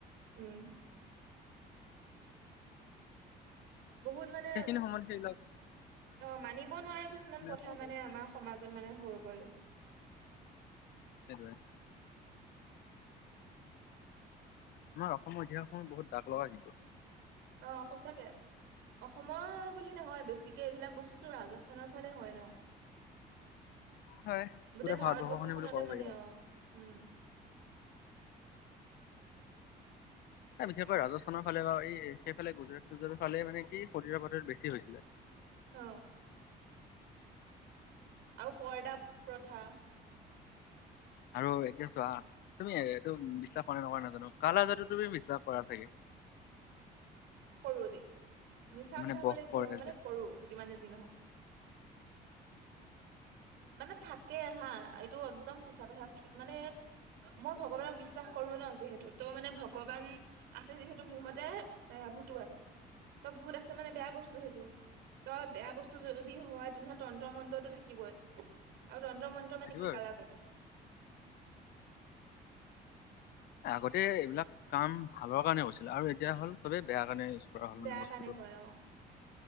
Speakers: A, on the right; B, on the left.
A: উম। বহুত মানে
B: সেইখিনি সময় সেই ল।
A: অ মানিব নোৱাৰা কিছুমান প্ৰথা
B: সমাজত
A: মানে আমাৰ সমাজত মানে হৈ। হয় ই।
B: হেতু। আমাৰ অসমৰ ইতিহাসখন বহুত দাগ লগা কিন্তু?
A: অ সচাকে অসমৰ বুলি নহয় বেছিকে এইবিলাক বস্তুটো ৰাজস্থানৰ ফালে হয়, ন।
B: হয়
A: গোটেই ভাৰতবৰ্ষখনতে
B: ভাৰতবৰ্ষখনে বুলি ক'ব
A: মানে
B: পাৰি আৰু।
A: অ উম।
B: ন বিশেষকৈ ৰাজস্থানৰ ফালে বা এই সেইফালে গুজৰাট চুজৰাটৰ ফালে মানে কি শৰীৰৰ প্ৰতিৰ বেছি হৈছিলে?
A: অ। আও পৰ্দা প্ৰথা।
B: আৰু এতিয়া চোৱা তুমি এইটো বিশ্বাস নকৰা নাজানো কালাযাদু তুমি বিশ্বাস? পৰা থাকে।
A: কৰো দেই মিছা
B: মানে
A: কথা
B: বস
A: কলে কি
B: কৰে
A: হব মানে
B: যে
A: কৰো যিমানে যি নহওক? মানে থাকে হা এইটো একদম সঁচা কথা মানে মই ভগৱানক বিশ্বাস কৰো ন যিহেতু ত' মানে ভগৱান আছে যিহেতু মোৰ মতে এ ভ। ত ভুত আছে মানে বেয়া বস্তু সেইটো তই বেয়া বস্তু যদি হয় তেনেহলে তন্ত্ৰ মন্ত্ৰতটো থাকিবই আৰু তন্ত্ৰ। তন্তৰ মন্ত্ৰৰ মানে
B: থাকিব
A: কি
B: অ
A: কালাযাদু আৰু।
B: আগতে এইবিলাক কাম ভালৰ কাৰণে কৰিছিল আৰু এতিয়া হ'ল চবে বেয়া কাৰণে? কৰা হ'ল মানে
A: বেয়া
B: বস্তুটো
A: কানে কৰে অ।